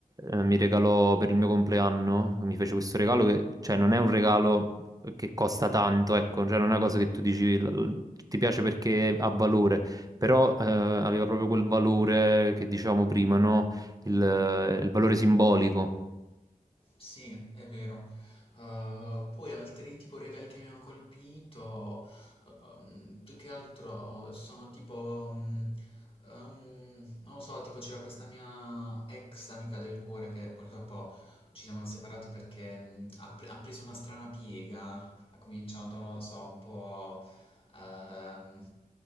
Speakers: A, on the right; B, on the left.
A: eh, mi regalò per il mio compleanno, mi fece questo regalo che, cioè, non è un regalo che costa tanto, ecco, cioè, non è una cosa che tu dici, l- l- ti piace perché ha valore, però, eh, aveva proprio quel valore che dicevamo prima, no?
B: Mm,
A: il
B: mm.
A: il valore simbolico.
B: Sì, è vero. Uh, poi altri tipo regali che mi hanno colpito, um, più che altro sono tipo, um, um, non lo so, tipo c'era questa mia ex amica del cuore che purtroppo ci siamo separati perché mm, ha, pre- ha preso una strana piega, ha cominciato, non lo so, un po' ehm,